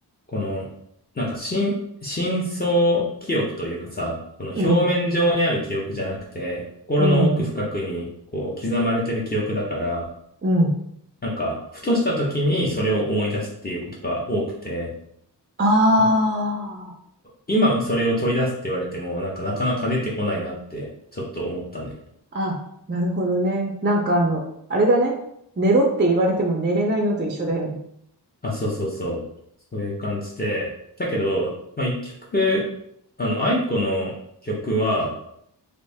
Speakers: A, on the left (about 25°); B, on the right (about 25°).
A: この、なんか、深、深層記憶というかさ、この表面上にある記憶じゃなくて、
B: うん、
A: 心の奥深くに、
B: うん、
A: こう、刻まれてる記憶だから、
B: うん。
A: なんか、ふとした時にそれを思い出すっていうことが多くて、
B: あ
A: なんか今それを取り出すって言われても、なんかなかなか出てこないなって、ちょっと思ったね。
B: あ、あ、なるほどね。なんかあの、あれだね。寝ろって言われても寝れないのと一緒だよね。
A: あ、そうそうそう。そういう感じで。だけど、まあ、一曲、あの、愛子の曲は、